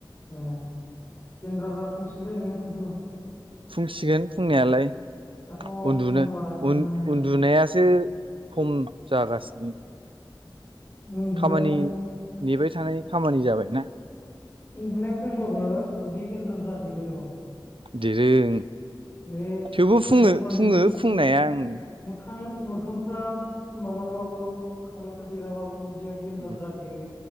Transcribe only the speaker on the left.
ए गेन्द्र द्रा फुंसिगोनलै नोङो खिन्थु
दाथ'
मोदोमा रानखागोन
उम
उन्दुनाय
उन्दुनाय खमबाबो उदै गेन्द्रा द्रा देरो दह'
बे
नांगौबा नोंनि
मोखां मोखांफ्रा माबाबाबो खावलायफ्रा देराबाबो उदैया गेन्द्राद्रा
देरो